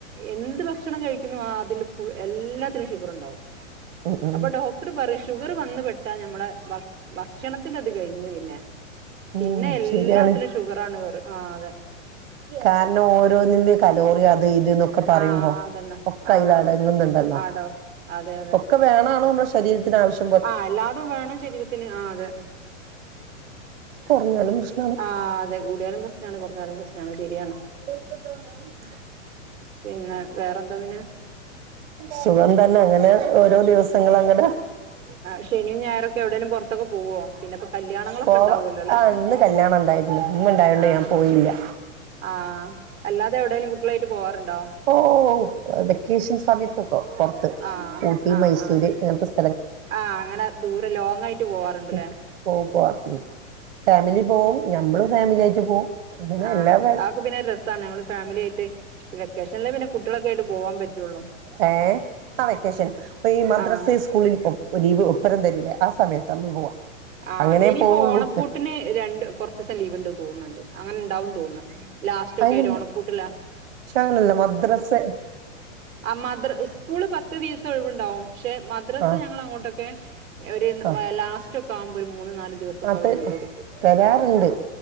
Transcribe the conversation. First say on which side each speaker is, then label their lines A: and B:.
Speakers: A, on the right; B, on the right.
A: എന്ത് ഭക്ഷണം കഴിക്കുന്നു അതിൽ ഫുൾ എല്ല അത്രിം ഷുഗറുണ്ടാവും
B: ഉം ഉം
A: അപ്പോ ഡോക് ക്ടർ പറയും ഷുഗർ വന്ന് പെട്ടാ നമ്മളെ ഭക്ഷ് ഭക്ഷണത്തിന്റെത് കഴിഞ്ഞ് പിന്നെ പിന്നെ
B: ഉം
A: എല്ലാത്തിലും
B: ശരിയാണ്
A: ഷുഗറാണ് പറയും ആഹ് അതെ
B: കാരണം ഓരോന്നിന്റെ കലോറി അത് ഇതുനോക് ക്കെ പറയുമ്പോ
A: ആ അതന്നെ
B: ഒക്കയിലടങ്ങുന്നുണ്ടല്ലോ
A: ആ ആടോ അതെ
B: ഒക്കെ വേണാ നമ്മുടെ ശരീരത്തി ത്തിനാവശ്യം
A: ആഹ് എല്ലാതും വേണം ശരീരത്തിന് ആഹ് അതെ
B: എന്നാലും പ്രശ്നാണ്
A: ആഹ് അതെ കൂടിയാലും പ്രശ്നാണ് കുറഞ്ഞാലും പ്രശ്നാണ് ശരിയാണ്
B: പേർക്കട്ടോ ഞാൻ <inaudible>
A: പിന്നെ വേറെന്താ പിന്നെ
B: സുഖം തന്നെ അങ്ങനെ ഓരോ ദിവസങ്ങളങ്ങനെ
A: ആഹ് ശനിയും ഞായറൊക്കെ എവിടെലും പുറത്താക്കെ പോവോ പഇന്നപ്പോ കല്യാണങ്ങളൊക്കെ
B: പോവാ
A: ഇണ്ടാവൊലോലെ
B: ആഹ് ഇന്ന് കല്യാണം ഉണ്ടായിരുന്നു ഉമ്മ ഉണ്ടായോണ്ട്
A: ആഹ്
B: ഞാൻ പോയില്ല
A: ആഹ് അല്ലാതെ എവിടേലും കുട്ട്യാളായിട്ട് പോവാറുണ്ടോ
B: ഓഹ് വെക്കേഷൻ സമയത്തൊക്കൊ പുറത്ത്
A: ആഹ്
B: ഊട്ടി
A: ആഹ്
B: മൈസൂര്
A: ആഹ്
B: ഇങ്ങനത്തെ സ്ഥ
A: ആഹ് അങ്ങനെ ദൂരെ ലോങ്ങായിട്ട് പോവാറുണ്ടല്ലേ
B: ഉം പോ പോയി ഫാമിലി പോവും നമ്മളും ഫാമിലിയായിറ്റ് പോവും അങ്ങനെ
A: ആഹ്
B: എല്ലാ ഫാ
A: അയക്കപ്പിന്നെ രസാണ് നമ്മള് ഫാമിലിയായിട്ട് വെക്കേഷനില്ലേ പിന്നെ കുട്ടികളക്കെയായിട്ട് പോവാപ്പറ്റുള്ളു
B: ഏഹ് ആ വെക്കേഷൻ ഇപ്പോ ഈ മദ്രസ
A: ആഹ്
B: സ്കൂളിൽക്കും ഒ ലീവ് ഒപ്പരം തരൂലേ ആ സമയത്താ നമ്മൾ പോവാ
A: ആഹ്
B: അങ്ങനെ
A: ഇനിയിപ്പോ
B: പോവുള്ളൂ
A: ഓണപ്പൂട്ടിന് രണ്ട് കൊറച്ചീസം ലീവ് ഇണ്ട് തോന്നുന്നുണ്ട് അങ്ങനെ ഇണ്ടാവന്ന് തോന്നുന്നു ലാസ്റ്റ് ഒക്കെ
B: അതിന്
A: ആയിട്ട് ഓണപ്പൂട്ടില
B: പക്ഷെ അങ്ങനെയല്ല മദ്രസ്സ
A: ആഹ് മദ്ര ഉ സ്കൂള് പത്ത് ദിവസം ഒഴിവുണ്ടാവും പക്ഷെ മദ്രസ്സ
B: ആ
A: ഞങ്ങളങ്ങോട്ടൊക്കെ ഒര്
B: ആ
A: ലാസ്റ്റൊക്കെ ആവുമ്പോ ഒരു മൂന്ന് നാല് ദിവസൊക്കെ
B: ആ
A: അവര് ഒഴിവ് കൊടുക്കും
B: തരാറുണ്ട്